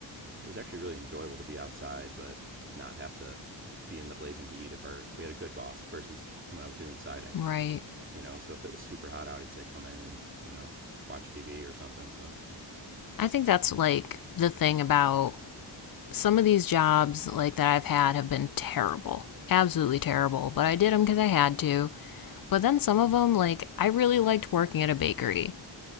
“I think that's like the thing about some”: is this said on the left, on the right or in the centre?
Left